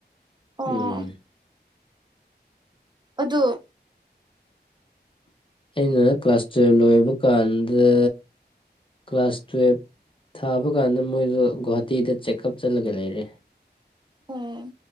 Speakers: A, on the right; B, on the left.
A: ꯑꯣ
B: ꯎꯝ
A: ꯇꯨ
B: ꯑꯩꯅ ꯀ꯭ꯂꯥꯁ ꯇꯨꯌꯦꯜꯞ ꯂꯣꯏꯕ ꯀꯥꯟꯗ ꯀ꯭ꯂꯥꯁ ꯇꯨꯌꯦꯞ ꯊꯥꯕ ꯀꯥꯟꯗ ꯃꯣꯏꯗ ꯒꯨꯍꯥꯇꯤꯗ ꯆꯦꯛꯑꯞ ꯆꯠꯂꯒ ꯂꯩꯔꯦ꯫
A: ꯑꯣꯝ